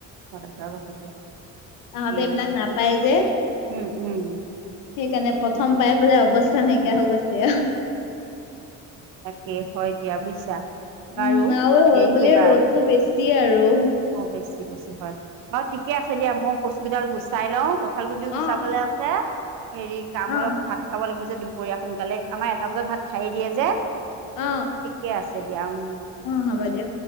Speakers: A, on the right; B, on the left.
A: হয় হয় কথাটো
B: তহঁতে
A: একেই
B: এইবিলাক নাপায় যে
A: উম, উম,
B: সেইকাৰণে প্ৰথম
A: উম।
B: পাই পেলাই অৱস্থা নাইকিয়া হৈ গৈছে
A: উম
B: আৰু
A: তাকে হয় দিয়া বুইছা বাৰু
B: উম, আৰু হ'ল
A: হেৰি
B: বুলিয়ে
A: কৰিবা
B: ৰ'দটো বেছি আৰু।
A: অ বেছি বেছি হয় বাৰু ঠিকে আছে দিয়া মই কচু গিডাল গুচাই লও কঁঠাল গুটিও
B: অ',
A: গুচাবলে আছে হেৰি কাম
B: অ',
A: অলপ ভাত খাব লাগিব যে দুপৰীয়া সোনকালে আমাৰ এটা বজাত ভাত খাই দিয়ে যে
B: অ
A: ঠিকে আছে দিয়া উম
B: উম হ'ব দিয়